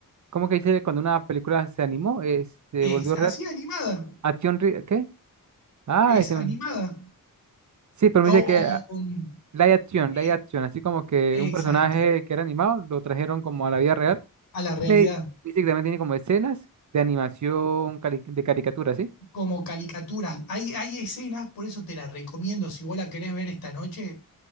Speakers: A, on the right; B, on the left.
A: cómo que dice cuando una película se animó, es- se
B: Es
A: volvió
B: así
A: real.
B: animada,
A: Acción, re- ¿qué? Ah,
B: es
A: ese,
B: animada.
A: un- sí, pero me
B: O,
A: dice que ah,
B: o, um,
A: live action,
B: Eh,
A: live action, así como que un
B: Exacto,
A: personaje que era animado lo trajeron como a la vida real.
B: a la realidad,
A: Me dice que también tiene como escenas de animación, cari- de caricatura, ¿sí?
B: como caricaturas. Hay, hay escenas, por eso te la recomiendo si vos la querés ver esta noche.